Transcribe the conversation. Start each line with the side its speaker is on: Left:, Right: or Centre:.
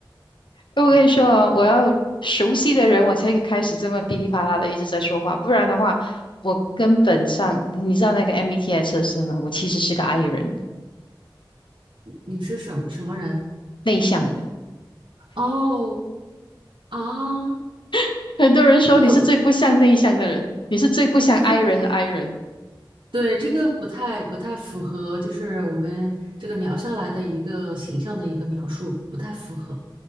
Left: 我跟你说哦，
Right: 对，
Left: 我要熟悉的人，我才开始这么噼里啪啦的一直在说话，不然的话，我根本上，你知道那个 MBTI 测试吗？我其实是个 I 人，
Right: 你你是什么什么人？
Left: 内向的。
Right: 哦啊，
Left: <laughs> 很多人说你是最不像内向的人，
Right: 这个不太，
Left: 你是最不像
Right: 这个不太，
Left: I 人的 I 人。
Right: 对，这个不太不太符合，就是我们这个聊下来的一个形象的一个描述，不太符合。